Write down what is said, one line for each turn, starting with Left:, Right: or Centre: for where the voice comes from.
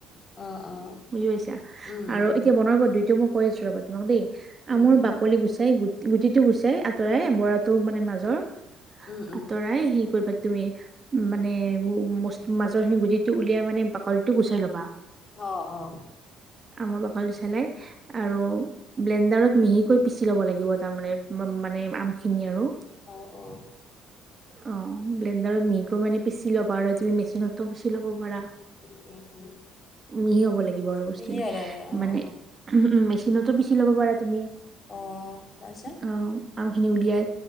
Left: অ', অ',
Right: বুজি পাইছা?
Left: উম,
Right: আৰু
Left: উম,
Right: এতিয়া বনাও মই দুইটা কৈ আছো ৰবা তোমাক দেই।
Left: উম,
Right: আমোৰ
Left: উম,
Right: বাকলি গুচাই গু গুটিটো গুচাই আঁতৰাই বৰাটো মানে মাজৰ
Left: উম, উম,
Right: আঁতৰাই সেই কৰিবা তুমি উ মানে মাজৰ খিনি গুটিটো উলিয়াই মানে বাকলিটো গুচাই ল'বা
Left: অ অ।
Right: আমৰ বাকলিটো চেলাই আৰু ব্লেণ্ডাৰত মিহিকৈ পিচি ল'ব লাগিব তাৰমানে মানে আমখিনি আৰু।
Left: অ অ।
Right: অ ব্লেণ্ডাৰত মিহিকৈ মানে পিচি ল'বা আৰু তুমি মেচিনতো পিচি ল'ব পাৰা।
Left: উম উম উম।
Right: মিহি হ'ব লাগিব আৰু বস্তু
Left: মিহি হ'ললে অ',
Right: মানে
Left: অ',
Right: উ মেচিনতো পিচি ল'ব পাৰা তুমি।
Left: অ', তাৰপিছত
Right: অ আমখিনি উলিয়াই